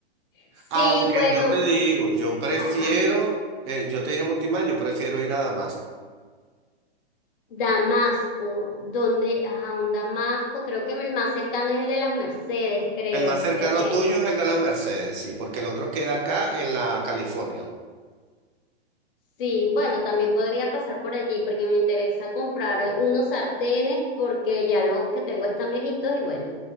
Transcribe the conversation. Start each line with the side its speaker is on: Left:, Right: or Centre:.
Left: Sí,
Right: Aunque
Left: bueno,
Right: yo te digo, yo prefiero,
Left: ajá,
Right: eh, yo te dije Multimax, yo prefiero ir a Damasco.
Left: Damasco, donde, ajá, un Damasco, creo que el más cercano es el de las Mercedes, creo,
Right: El más
Left: el
Right: cercano
Left: que yo tengo.
Right: tuyo es el de las Mercedes, sí, porque el otro queda acá en la California.
Left: Sí, bueno, también podría pasar por allí porque me interesa comprar unos sartenes porque ya los que tengo están viejitos y bueno.